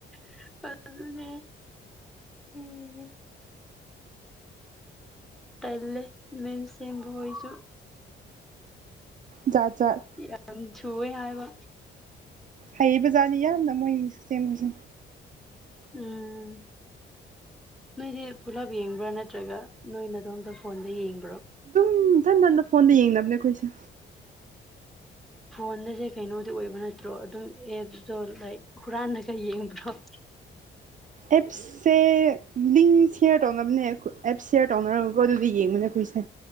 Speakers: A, in the centre; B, on the right.
A: <unintelligible> ꯑꯗꯨꯅꯦ <unintelligible> ꯇꯜꯂꯦ ꯃꯤꯝꯁ ꯁꯦꯝꯕ ꯍꯣꯏꯖꯨ
B: ꯖꯥꯠ ꯖꯥꯠ
A: ꯌꯥꯝ ꯊꯨꯋꯦ ꯍꯥꯏꯕ
B: ꯍꯩꯕ ꯖꯥꯠꯅꯤ ꯌꯥꯝꯅ ꯃꯣꯏ ꯁꯦꯝꯕꯁꯦ
A: ꯎꯝ ꯅꯣꯏꯗꯤ ꯄꯨꯂꯞ ꯌꯦꯡꯕ꯭ꯔꯥ ꯅꯠꯇ꯭ꯔꯒ ꯅꯣꯏꯅꯗꯣꯝꯇ ꯐꯣꯟꯗ ꯌꯦꯡꯕ꯭ꯔꯣ
B: ꯎꯝ ꯏꯊꯟ ꯏꯊꯟꯇ ꯐꯣꯟꯗ ꯌꯦꯡꯅꯕꯅꯦ ꯑꯩꯈꯣꯏꯁꯦ
A: ꯐꯣꯟꯗꯁꯦ ꯀꯩꯅꯣꯗꯤ ꯑꯣꯏꯕ ꯅꯠꯇ꯭ꯔꯣ ꯑꯗꯨꯝ ꯑꯦꯞꯇꯣ ꯂꯥꯏꯛ ꯍꯨꯔꯥꯜꯂꯒ ꯌꯦꯡꯕ꯭ꯔꯣ
B: ꯑꯦꯞꯁ ꯁꯦ ꯂꯤꯡ ꯁꯦꯌꯔ ꯇꯧꯅꯕꯅꯦ ꯑꯦꯞ ꯁꯦꯌꯔ ꯇꯧꯅꯔꯒꯀꯣ ꯑꯗꯨꯗ ꯌꯦꯡꯕꯅꯦ ꯑꯩꯈꯣꯏꯁꯦ